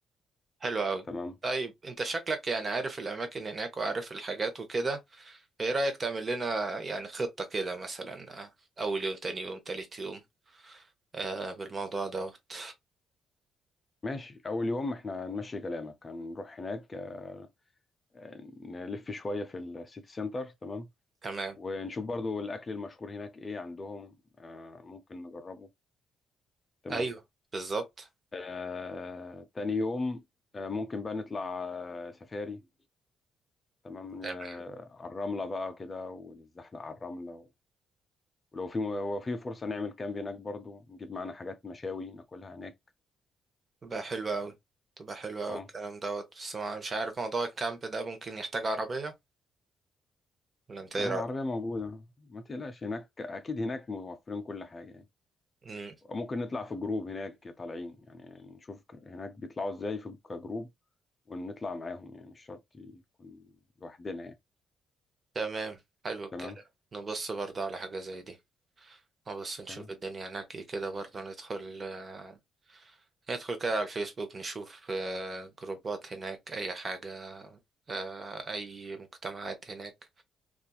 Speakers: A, on the right (about 35°); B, on the left (about 25°).
A: حلو قوي
B: تمام
A: طيب انت شكلك يعني عارف الأماكن هناك وعارف الحاجات وكده ايه رأيك تعمل لنا يعني خطة كده مثلا آه، اول يوم تاني يوم تالت يوم آه بالموضوع دوت
B: ماشي أول يوم احنا نمشي كلامك هنروح هناك آه، نلف شوية في السيتي سنتر تمام
A: تمام
B: ونشوف برضو الأكل المشهور هناك إيه عندهم آه، ممكن نجربه تمام
A: ايوه بالظبط
B: آه، تاني يوم آه، ممكن بقى نطلع آه، سفاري تمام
A: تمام
B: آه، على الرملة بقى كده ونتزحلق على الرملة و- ولو في لو في فرصة نعمل كامب هناك برضو نجيب معانا حاجات مشاوي ناكلها هناك
A: تبقى حلوة اوي تبقى حلوة اوي
B: اه
A: الكلام دوت بس ما مش عارف موضوع الكامب ده ممكن يحتاج عربية ولا انت ايه
B: آه،
A: رأيك
B: العربية موجودة ما تقلقش هناك أكيد هناك موفرين كل حاجة يعني.
A: امم
B: ممكن نطلع في جروب هناك طالعين يعني نشوف ك- هناك بيطلعوا ازاي في كجروب ونطلع معاهم يعني مش شرط يكون لوحدنا يعني
A: تمام حلو الكلام
B: تمام
A: نبص برضه على حاجة زي دي نبص نشوف
B: تمام
A: الدنيا هناك ايه كده برضه ندخل آه، ندخل كده على الفيسبوك نشوف آه، جروبات هناك اي حاجة آه، اي مجتمعات هناك